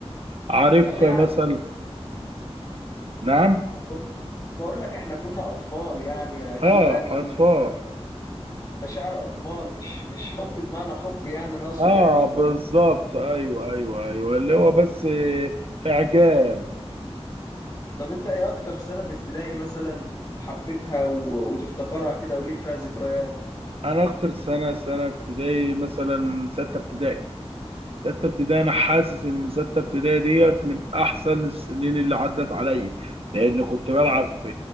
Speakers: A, on the right; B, on the left.
A: عارفها
B: اطفال يعني
A: مثلا نعم
B: كنت بقول لك احنا كنا اطفال يعني اكيد
A: اه
B: يعني كل
A: اطفال
B: مشاعر اطفال مش مش حب بمعنى حب يعني انا اقصد
A: اه
B: يعني كنت
A: بالظبط ايوه ايوه ايوه اللي هو بس آه، اعجاب
B: طب انت ايه اكتر سنة في ابتدائي مثلا حبيتها و... وتفتكرها كده وليك فيها ذكريات
A: انا اكتر سنه سنه ابتدائي مثلا سته ابتدائي سته ابتدائي انا حاسس ان سته ابتدائي ديت من احسن السنين اللي عدت عليا لان كنت بلعب في